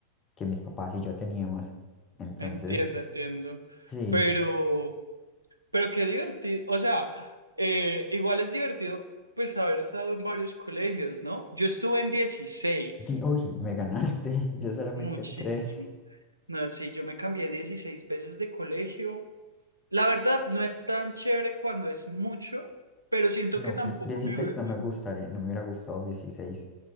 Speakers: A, on the left; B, on the right.
A: que mis papás y yo teníamos. Entonces,
B: Entiendo, entiendo.
A: sí,
B: Pero, pero qué divertido, o sea, eh, igual es divertido pues haber estado en varios colegios, ¿no? Yo estuve en 16,
A: di, uy, me ganaste, <laughs> yo solamente
B: muchísimo.
A: en tres.
B: No, sí, yo me cambié 16 veces de colegio. La verdad, no es tan chévere cuando es mucho, pero siento
A: No,
B: que tampoco
A: pues 16
B: me...
A: no me gustaría, no me hubiera gustado dieciséis